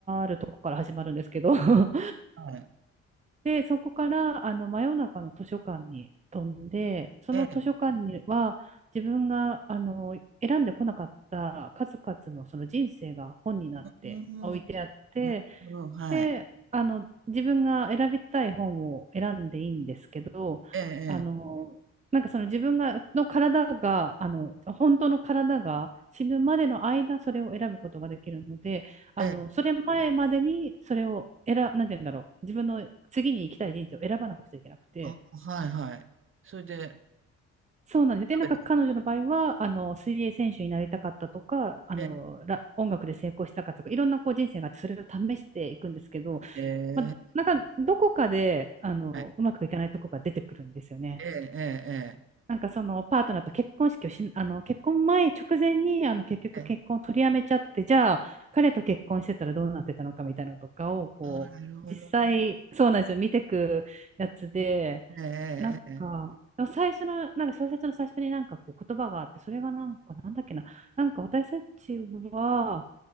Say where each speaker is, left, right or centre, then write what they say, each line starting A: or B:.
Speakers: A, on the right (about 25°); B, on the right (about 45°).
A: るとこから始まるんですけど、<laughs>
B: はい。
A: で、そこからあの真夜中の図書館に飛んで、その図書館には自分があの選んでこなかった数々のその人生が本になって置いてあって、
B: ええ。うーん。なるほど、はい。
A: で、あの、自分が選びたい本を選んでいいんですけど、
B: ええ
A: あの、なんかその自分が、の体が、あの、本当の体が死ぬまでの間、それを選ぶことができるので、あの、
B: ええ、ええ。
A: それ前までに、それを選、なんて言うんだろう、自分の次に行きたい人生を選ばなくちゃいけなくて、
B: あ、はいはい。それで
A: そうなんです。で、
B: 食べた
A: なんか彼女の場合は、あの、水泳選手になりたかったとか、あの、
B: ええ、
A: ら音楽で成功したかとか、いろんなこう人生があって、それを試していくんですけど、
B: ええ、
A: まあ、なんか、どこかで、あの、
B: はい。
A: うまくいかないとこが出てくるんですよね。
B: ええええええ。
A: なんかそのパートナーと結婚式をし、あの、結婚前直前に、あの、結局結婚を取りやめちゃって、
B: ええ。
A: じゃあ、彼と結婚してたらどうなってたのかみたいなのとかを、こう、
B: ああ、なるほどね。
A: 実際、そうなんですよ。見てくやつで、
B: えええええ
A: なんか、最初の、なんか小説の最初になんかこう言葉があって、それがなんか、なんだっけな、なんか私たちは、